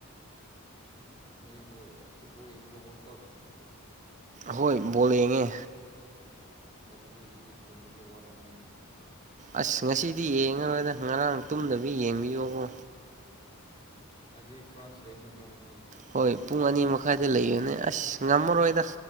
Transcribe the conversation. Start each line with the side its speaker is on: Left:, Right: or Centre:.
Left: ꯅꯣꯏꯒ ꯐꯨꯠꯕꯣꯜ ꯏꯡ꯭ꯔꯣ ꯋꯥꯔꯜ ꯀꯞ
Right: ꯍꯣꯏ ꯕꯣꯜ ꯌꯦꯡꯉꯦ
Left: ꯑꯗꯨꯗꯤ ꯍꯧꯖꯤꯛꯀꯤ ꯇꯨꯝꯕꯁꯦ ꯋꯥꯠꯂꯝꯕꯅꯤꯅꯦ
Right: ꯑꯁ ꯉꯁꯤꯗꯤ ꯌꯦꯡꯉꯔꯣꯏꯗ ꯉꯔꯥꯡ ꯇꯨꯝꯗꯕꯤ ꯌꯦꯡꯕꯤꯌꯣꯕ
Left: ꯃꯁꯤꯖꯤ ꯐ꯭ꯔꯥꯟꯁ ꯂꯩꯦ ꯅꯠꯇ꯭ꯔꯣ ꯉꯁꯤ
Right: ꯍꯣꯏ ꯄꯨꯡ ꯑꯅꯤ ꯃꯈꯥ ꯥꯏꯗ ꯂꯩꯌꯨꯅꯦ ꯑꯁ ꯉꯝꯃꯔꯣꯏꯗ